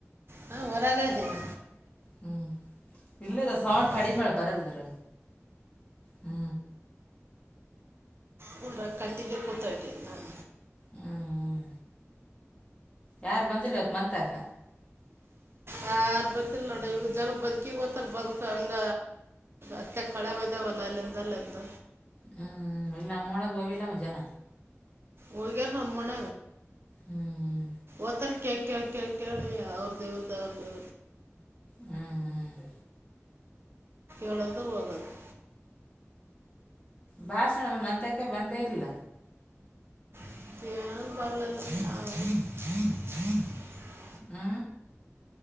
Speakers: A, on the right (about 55°); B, on the left (about 25°).
A: ಹಾ ಹೊರಗ ಇದ್ದನೆ
B: ಹ್ಞೂ ಇಲ್ಲಲ್ಲ ಸೌಂಡ್
A: ಬಾ
B: ಕಡಿಮೆ ಮಾಡ ಬರೋದಿದ್ರ ಹ್ಞ
A: ಹರ ಕಟ್ಟಿಗೆ ಕೂತಾತೀನಿ ನಾನ
B: ಹ್ಮ್ ಯಾರು ಬಂದಿಲ್ಲ ಹೊತ್ತು ಮಂತಕ
A: ಯಾರು ಬತಿಿಲ್ಲ ನೋಡ ಇವ ಜನ ಬದುಕಿ ಗೊತ್ತಾರ ಬದುಕ ಹಂಗ ಅತ್ತೆ ಕಳ ಇದ್ದಾವಲ್ಲ ಅಲ್ಲಿಂದಲ್ಲಿಂದ
B: ಹ್ಮ್ ಇಲ್ಲ ಮೋಳಗ ಹೋಗಿಲ್ಲ ಮ ಜನ
A: ಓೋಗಗಾರ ನಮ್ಮಣ
B: ಹ್ಮ್
A: ಒತ್ತ ಕ ಕ ಕೇಳ ಅವ್ರ್ದೇವ್ರದ್ದ ಅವ್ರದ್ರ್ದ
B: ಹ್ಮ್ ಹ್ಮ್
A: ಎಳೋದ ಹೋಗದು
B: ಭಾಷಣಮ್ಮ ಮತ್ರಕ್ಕೆ ಬಂದೇ ಇಲ್ಲ
A: ಹ ಹನ್ ಹ ಹ
B: ಆ